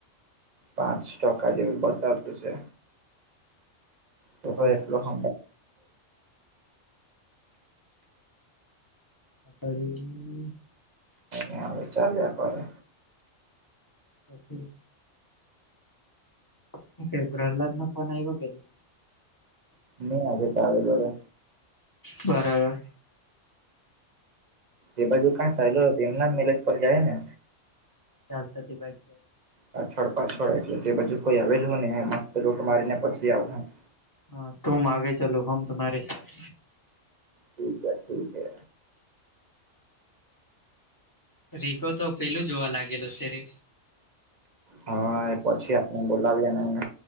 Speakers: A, on the right (about 40°); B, on the left (about 20°).
A: પાંચ ટકા જેવું બતાવતું છે. તો
B: બરાબર
A: હો એટલો <inaudible>
B: <unintelligible>
A: એ હવે ચાલ્યા કરે.
B: પછી. હું કેય પ્રહલાદનો ફોન આયવો કે ની.
A: નીરે આજે તો આવેલો રે.
B: બરાબર.
A: એ બાજુ કા ચાયલો એમના મેલેજ પર જાય ને.
B: ચાલતા <inaudible>
A: પાછળ પાછળ એટલે એબાજુ કોઈ આવેલું ને લૂટ મારી ને પછી આવહું
B: હા તુમ આગે ચલો હમ તુમ્હારે સાથ
A: ઠીક એ ઠીક એ.
B: રીકો તો પેલું જોવા લાગેલો છેે રે.
A: હા એ પછી આપણે બોલાવાયે ને. એને